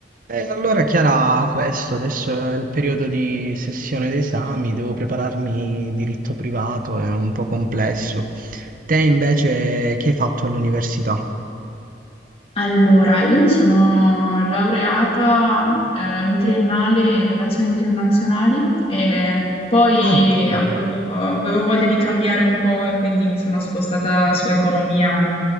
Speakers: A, on the right; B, on the left.
A: E allora Chiara, questo adesso è il periodo di sessione d'esami, devo prepararmi diritto privato, è un po' complesso. Te invece che hai fatto all'università?
B: Allora, io mi sono laureata eh, in triennale in relazioni internazionali e poi
A: Ah, ho capito.
B: avevo, avevo voglia di cambiare un po' e quindi mi sono spostata su economia